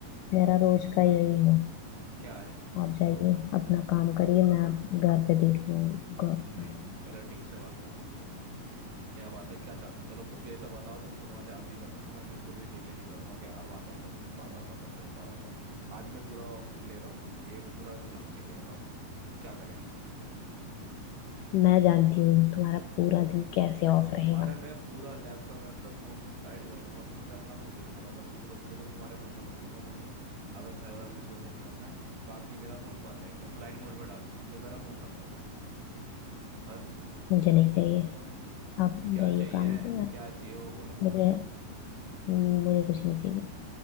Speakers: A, on the left; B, on the right.
A: मेरा रोज का यही है
B: क्या है
A: आप जाइए अपना काम करिए मैं घर पे देख लूंगी गौर संभाल
B: नहीं
A: लूंगी।
B: पहले ठीक से बात करो तुम मेरे से क्या बात है क्या चाहते हो चलो कुछ ऐसा बताओ जो मैं तुम्हारे लिए अब भी कर सकूं मैं बिल्कुल भी डिले नहीं करूंगा कि अब आता हूँ दस मिनट बाद आता हूँ पंद्रह मिनट बाद आता हूँ आज मैं पूरा off ले रहा हूँ ये पूरा दिन आपके लिए बताओ क्या करें
A: मैं जानती हूँ तुम्हारा पूरा दिन कैसे ऑफ रहेगा
B: अरे मैं पूरा लैपटॉप वैपटॉप फोन वोन साइड कर दूंगा तू मुझे अपना फोन दे देना बस अब कुछ जरूरत पड़ी तो मैं तुम्हारे फोन से पढ़ लूंगा फोन वोन अगर घर वाले में किसी को फोन करना है बाकी मेरा फोन बंद है एकदम फ्लाइट मोड पे डाल दिया लो मेरा फोन रख लो लो बस
A: मुझे नहीं चाहिए आप जाइए
B: क्या चाहिए
A: काम पे मैं-
B: क्या चाहिए वो बोलो ना
A: मुझे मुझे कुछ नहीं चाहिए